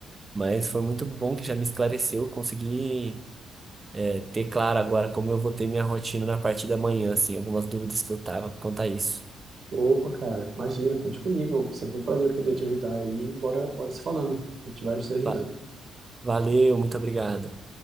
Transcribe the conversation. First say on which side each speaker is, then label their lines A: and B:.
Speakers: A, on the right (about 25°); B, on the right (about 50°).
A: Mas foi muito bom que já me esclareceu, consegui é, ter claro agora como eu vou ter minha rotina na parte da manhã, assim, algumas dúvidas que eu tava quanto a isso.
B: Opa, cara, imagina, conte comigo. É sempre um prazer poder te ajudar aí. Bora, bora se falando. A gente vai se ajudando.
A: Va- Valeu, muito obrigado.